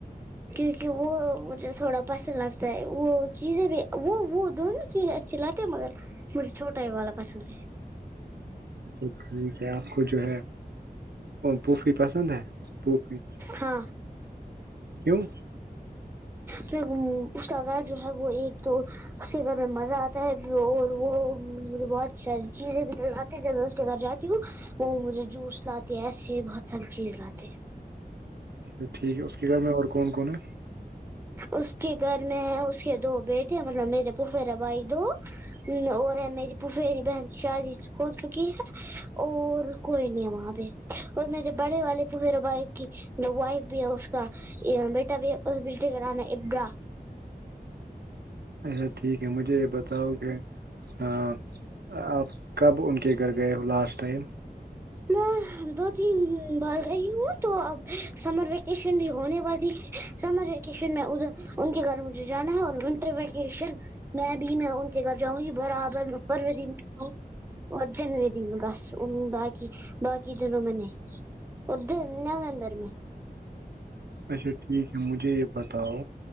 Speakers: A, on the right (about 15°); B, on the right (about 80°).
A: کیونکہ وہ مطلب تھوڑا پسند لگتا ہے وہ چیزیں بھی وہ وہ دونوں چیزیں چلتے مگر مجھے چھوٹا ہےوا پسند ہے
B: اچھا ٹھیک ہے آپ کو جو ہے پوفی پسند ہے پوفی
A: ہاں
B: کیوں
A: پھر اس کا گھر جو ہے وہ ایک تو اس کے گھر میں مزہ آتا ہے اور وہ مجھے بہت اچھی چیزیں بھی لاتی جب میں اس کے گھر جاتی ہوں وہ مجھے جوس لاتی تیس سے بہت ساری چیز لاتے
B: اچھا ٹھیک ہے اس کے گھر میں اور کون کون ہے
A: اس کے گھر میں ہے اس کے دو بیٹے ہیں مطلب میرے پپیرے بھائی دو ہ اور ہے میری بفیری بہن شاہ جی ہو چکی ہے اور کوئی نہیں وہاں پ اور میرے بڑے والے پ میرا بھائی کی وائف بھی ہے اس کا بیٹا بھی ہے اس بیچ کرانانا ابرا
B: اچھا ٹھیک ہے مجھے یہ بتاؤ کہ ہاں آپ کب ان کے گھر گئے ہو لاسٹ ٹائم
A: میں دو تین بھر رہی ہوں تو اب سمر ویکیشن بھی ہونے والی ہے سمر ویکیشن میں ادھر ان کے گھر مجھے جانا ہے اور ونٹر ویکیشن میں بھی میں ان کے گھر جاؤں گی برابر فروری میں جاؤں ارجن د جی میں بس اننوں با کہ باقی دونوں میں نے ادھر ممبر میں
B: اچھا ٹھیک ہے مجھے یہ بتاؤ